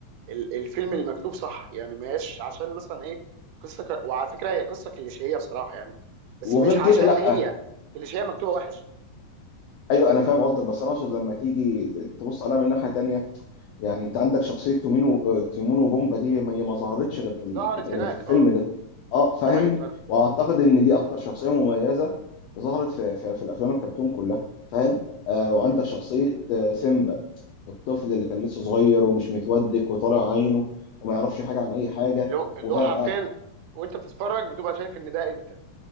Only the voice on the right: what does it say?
ال- الفيلم المكتوب صح يعني مش عشان مثلا ايه قصة ك... وعلى فكرة هي قصة كليشيهية بصراحة يعني بس
مش
عشان
هي كليشيهية مكتوبة وحش
ظهرت هناك
اه
ده حقيقي فعلا
مم.
اللي هو اللي
هو حرفيا وانت بتتفرج بتبقى شايف ان ده انت